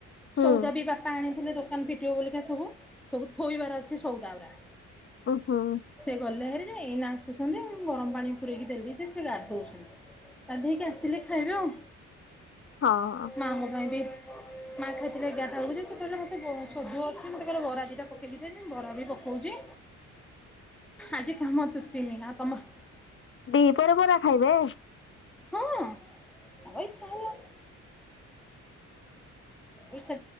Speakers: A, on the left; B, in the centre.
A: ହୁଁ
B: ସଉଦା ବି ବାପା ଆଣିଥିଲେ ଦୋକାନ ଫିଟିବ ବୋଲିକା ସବୁ ସବୁ ଥୋଇବାର ଅଛି ସଉଦା ଗୁଡା।
A: ଓହୋ।
B: ସେ ଗଲେ ହେରି ଯେ ଏଇନା ଆସୁଛନ୍ତି ମୁଁ ଗରମ ପାଣି ପୁରରେଇକି ଦେଲି ସେ ଗାଧଉଛନ୍ତି। ଗାଧେଇକି ଆସିଲେ ଖାଇବେ ଆଉ
A: ହଁ।
B: ମାଙ୍କ ପାଇଁ ବି ମା ଖାଇଥିଲେ ଏଗାରଟା ବେଳୁଛି ସେ କହିଲ, ମୋତେ ସୋଧ ଅଛି ମୋତେ କହିଲେ ବରା ଦୁଇଟା ପକିିବେ ମୁ ବରା ବି ପକଉଛି। ଆଜି କାମ ତ ତୁଟିନି ଆଉ ତମର
A: ଦି ପରେ ପରା ଖାଇବେ।
B: ହଁ ତାଙ୍କ ଇଚ୍ଛା ହେଲା। ଇଚ୍ଛା